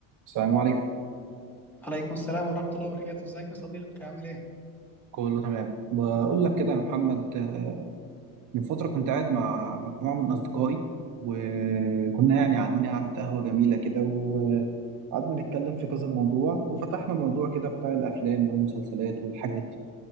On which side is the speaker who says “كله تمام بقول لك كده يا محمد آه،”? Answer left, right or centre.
Right